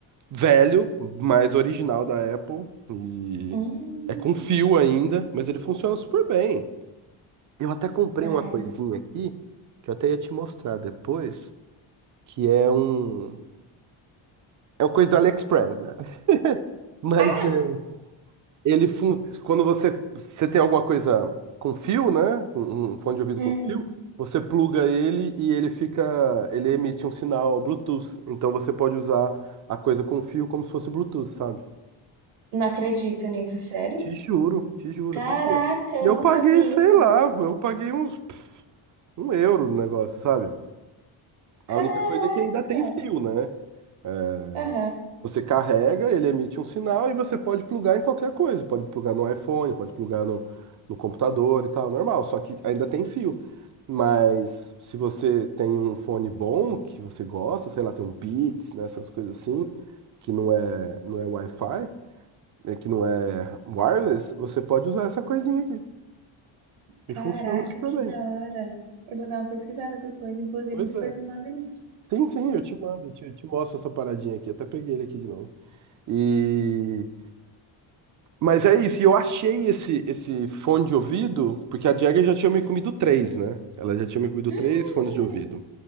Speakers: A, on the right; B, on the right.
A: velho, mas original da Apple, e
B: hum,
A: é com fio ainda, mas ele funciona super bem. Eu até comprei
B: ai.
A: uma coisinha aqui, que eu até ia te mostrar depois, que é um. É uma coisa do AliExpress, né? <laughs> Mas
B: Ah!
A: é, ele. fun- Quando você, você tem alguma coisa com fio, né? Com Um fone de ouvido
B: Hum,
A: com fio, você pluga ele e ele fica. Ele emite um sinal Bluetooth. Então você pode usar a coisa com fio como se fosse Bluetooth, sabe?
B: não acredito nisso, sério?
A: Te juro, te juro,
B: Caraca,
A: tá aqui, ó.
B: eu
A: E eu
B: nunca
A: paguei,
B: vi
A: sei
B: isso.
A: lá, eu paguei uns um euro no negócio, sabe?
B: Caraca!
A: A única coisa é que ainda tem fio, né? É,
B: Aham.
A: Você carrega, ele emite um sinal e você pode plugar em qualquer coisa. Pode plugar no iPhone, pode plugar no, no computador e tal, normal. Só que ainda tem fio. Mas se você tem um fone bom, que você gosta, sei lá, tem um Beats, né, essas coisas assim, que não é, não é Wi-Fi, né, que não é wireless, você pode usar essa coisinha aqui. E
B: Caraca,
A: funciona super
B: que
A: bem.
B: da hora. Eu vou dar uma pesquisada depois, inclusive
A: Pois
B: depois
A: é.
B: me manda o link.
A: Sim, sim, eu te mando, eu te, eu te mostro essa paradinha aqui. Até peguei ele aqui de novo. E. Mas é isso, e eu achei esse, esse fone de ouvido, porque a Jagger já tinha me comido três, né? Ela já tinha me comido
B: <gasps>
A: três fones de ouvido.